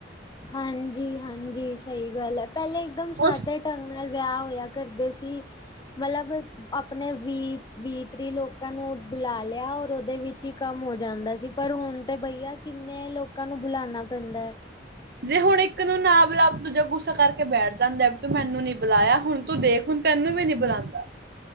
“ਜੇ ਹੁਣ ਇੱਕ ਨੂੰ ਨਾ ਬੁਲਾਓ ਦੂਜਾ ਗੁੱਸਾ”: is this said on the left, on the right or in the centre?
Right